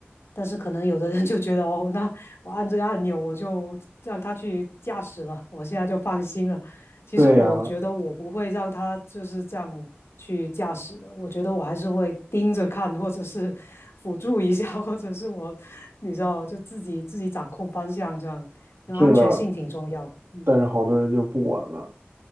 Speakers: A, on the left (about 80°); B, on the right (about 65°).
A: 但是可能有的人就觉得哦，那我按这个按钮我就让他去驾驶了，我现在就放心了。其实我觉得我不会让他就是这样去驾驶的，
B: 对呀，
A: 我觉得我还是会盯着看，或者是 <laughs> 辅助一下，或者是我你知道就自己自己掌控方向这样，因为安全性挺重要。
B: 是的，
A: 嗯
B: 但是好多人就不管了，